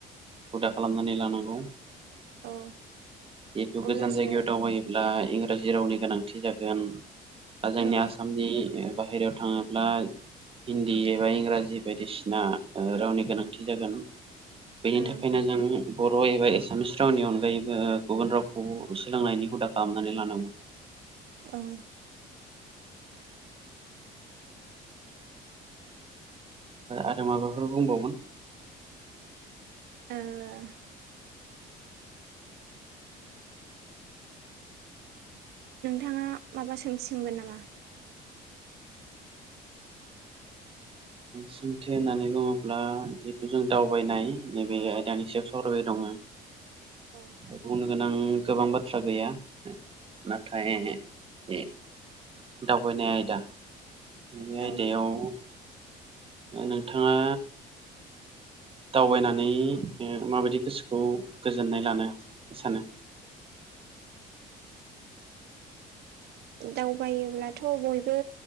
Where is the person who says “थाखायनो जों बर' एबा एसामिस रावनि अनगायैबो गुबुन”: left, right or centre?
Right